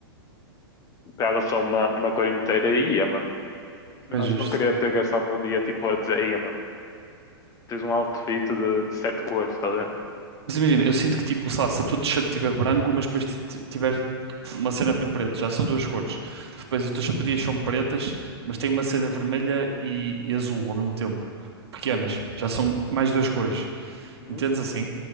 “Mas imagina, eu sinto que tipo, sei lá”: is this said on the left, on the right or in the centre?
Right